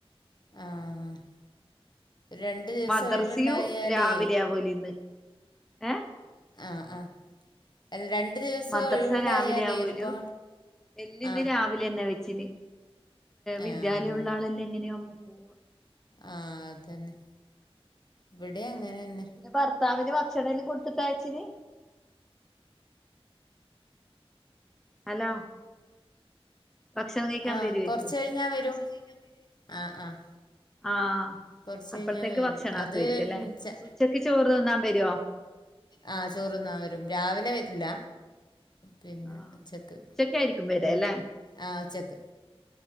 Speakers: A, on the left (about 45°); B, in the centre.
A: ആഹ രണ്ടു ദിവസം
B: മദ്രസയും
A: ഒഴിവുണ്ടായാലേ-
B: രാവിലെ ആവൂലേ ഇന്ന് ഏഹ്
A: ആഹ് ആഹ് രണ്ടു ദിവസം
B: മദ്രസ
A: ഒഴിവുണ്ടായാലേരിപ്പോ
B: രാവിലെ ആവൂലു എല്ലാം ഇന്ന്
A: ആഹ്
B: രാവിലെ വെച്ചിന് വിദ്യാലയം
A: ആഹ്
B: ഉള്ള ആളെല്ലാം എങ്ങനെയാവുമ്പോ പോവാ
A: ആഹ് അതന്നെ ഇവിടെ അങ്ങനെന്നെ
B: പിന്നെ ഭർത്താവിന് ഭക്ഷണം കൊടുത്തിട്ടാ അയച്ചിന് ഹലോ ഭക്ഷണം കഴിക്കാൻ
A: ആഹ്
B: വരുവായിരിക്കും
A: കുറച്ചു കഴിഞ്ഞാ വരും ആഹ് ആഹ്
B: ആഹ്
A: കൊറച്ച്
B: അപ്പോളത്തേക്ക്
A: കഴിഞ്ഞാ വരും
B: ഭക്ഷണ ആക്കുരിക്കുംല്ലേ
A: അത് ച
B: ഉച്ചക്ക് ചോറ് തിന്നാൻ വരുവോ
A: ആ ചോറ് തിന്നാൻ വരും രാവിലെ വരൂല്ല പിന്നെ
B: ആഹ്
A: ഉച്ചക്ക്
B: ഉച്ചക്കായിരിക്കും വരാല്ലേ
A: ആ ഉച്ചക്ക്